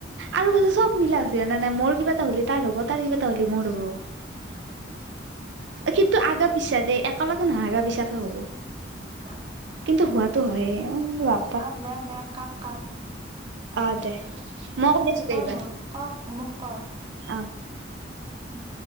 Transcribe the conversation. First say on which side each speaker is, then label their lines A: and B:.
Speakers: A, on the right; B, on the right.
A: আৰু মানে চব মিলা হৈছে জনানে মোৰ কিবা এটা হ'লি তাৰ হ'ব তাৰ কিবা এটা হ'লি মোৰ হব
B: <unintelligible>
A: কিন্তু আগা-পিছা দে একেলগে নহগা পিছাকে হ'ব।
B: <inaudible>
A: কিন্তু হোৱাটো হয়ে মই বোলো
B: অঁ, দে-দে কাত-কাত
A: অ দে মই কৰি আছো দে
B: কৰ
A: এইবাৰ
B: মোৰ কক মোক কৰ।
A: অ',
B: উম',।